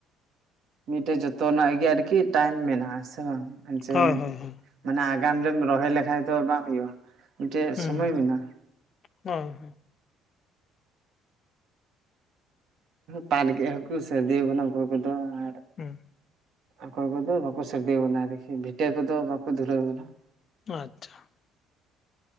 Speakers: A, on the right; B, on the left.
A: ᱢᱤᱫᱴᱮᱡ ᱡᱚᱛᱚᱱᱟᱜ ᱜᱮ ᱟᱨᱠᱤ ᱴᱟᱭᱤᱢ ᱢᱮᱱᱟᱜᱼᱟ ᱥᱮ ᱵᱟᱝ ᱡᱮ
B: ᱦᱳᱭ ᱦᱳᱭ ᱦᱳᱭ
A: ᱢᱟᱱᱮ ᱟᱜᱟᱢ ᱨᱮᱢ ᱨᱚᱦᱚᱭ ᱞᱮᱠᱷᱷᱟᱡ ᱫᱚ ᱵᱟᱝ ᱦᱳᱭᱼᱟ ᱢᱤᱫᱴᱮᱡ
B: ᱦᱩᱸ
A: ᱥᱳᱢᱳᱭ ᱢᱮᱱᱟᱜᱼᱟ
B: ᱦᱳᱭ
A: ᱯᱟᱴ ᱜᱮᱫ ᱦᱟᱹᱠᱩ ᱥᱟᱹᱨᱫᱤ ᱠᱟᱱᱟ ᱚᱠᱚᱭ ᱠᱚᱫᱚ ᱟᱨ
B: ᱦᱮᱸ
A: ᱚᱠᱚᱭ ᱠᱚᱫᱚ ᱵᱟᱠᱚ ᱥᱟᱹᱨᱫᱤᱣ ᱟᱠᱟᱱᱟ ᱟᱨᱠᱤ ᱵᱷᱤᱴᱟᱹ ᱠᱚᱫᱚ ᱵᱟᱠᱚ ᱫᱷᱩᱨᱟᱹᱣ ᱟᱠᱟᱱᱟ ᱾
B: ᱟᱪᱪᱷᱟ